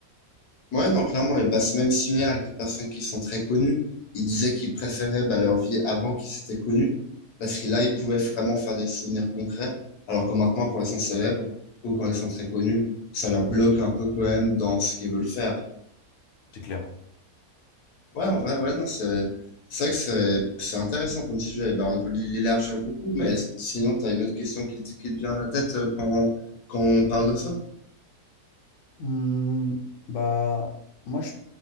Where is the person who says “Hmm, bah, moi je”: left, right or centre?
Left